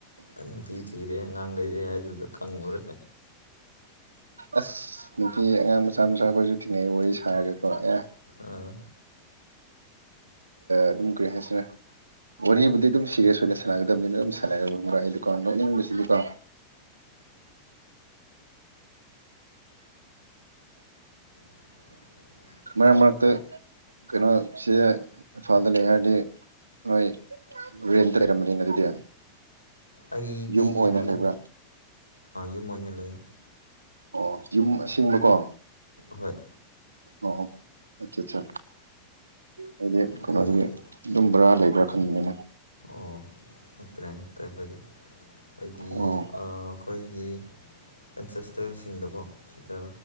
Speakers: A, on the left; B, on the right.
A: ꯅꯨꯄꯤ ꯊꯤꯔꯦ ꯑꯉꯥꯡ ꯂꯩꯔꯦ ꯍꯥꯏꯗꯨ ꯑꯗꯨ ꯈꯪꯉꯨꯔꯦ
B: ꯑꯁ ꯅꯨꯄꯤ ꯑꯉꯥꯡ ꯃꯆꯥ ꯃꯆꯥꯈꯣꯏꯁꯨ ꯊꯦꯡꯅꯛꯏ ꯋꯥꯔꯤ ꯁꯥꯔꯒꯀꯣ ꯑꯦ
A: ꯑꯥ
B: ꯑꯗꯨꯝ ꯀꯔꯤ ꯍꯥꯏꯁꯤꯔ ꯋꯥꯔꯤꯕꯨꯗꯤ ꯑꯗꯨꯝ ꯁꯤꯔꯤꯁ ꯑꯣꯏꯅ ꯁꯥꯟꯅꯒꯗꯕꯅꯤꯅ ꯑꯗꯨꯝ ꯁꯥꯟꯅꯕ꯭ꯔ ꯑꯩ ꯀꫭ ꯂꯣꯛꯅꯤꯡꯕꯁꯤꯗꯤꯀꯣ
A: <unintelligible>
B: ꯃꯔꯛ ꯃꯔꯛꯇ ꯀꯩꯅꯣꯁꯤ ꯏꯝꯐꯥꯜꯗ ꯂꯩ ꯍꯥꯏꯔꯗꯤ ꯅꯣꯏ ꯔꯦꯟꯇ ꯂꯩꯔꯝꯕꯅꯤꯅ ꯑꯗꯨꯗꯤ
A: ꯑꯩꯗꯤ
B: ꯌꯨꯝ ꯑꯣꯏꯅ
A: ꯀꯩꯅꯣꯅꯦ
B: ꯂꯩꯕ꯭ꯔꯥ
A: ꯌꯨꯝ ꯑꯣꯏꯅ ꯂꯩ
B: ꯑꯣ ꯌꯨꯝ ꯑꯁꯦꯡꯕꯀꯣ
A: ꯍꯣꯏ
B: ꯑꯣ ꯑꯠꯆꯥ ꯑꯠꯆꯥ ꯑꯩꯗꯤ
A: ꯑꯩꯈꯣꯏ
B: ꯀꯩꯅꯣꯁꯤꯒꯤ ꯑꯗꯨꯝ ꯕꯣꯔꯥ ꯂꯩꯕ꯭ꯔꯥ ꯈꯟꯗꯅ
A: ꯑꯣ ꯅꯠꯇ꯭ꯔꯦ ꯅꯠꯇ꯭ꯔꯦ ꯑꯩꯈꯣꯏꯗꯤ ꯑꯩꯗꯤ
B: ꯑꯣ
A: ꯑꯩꯈꯣꯏ ꯑꯩ ꯒꯤ ꯑꯦꯟꯁꯦꯁꯇꯔꯁꯤꯡꯗꯀꯣ ꯁꯤꯗ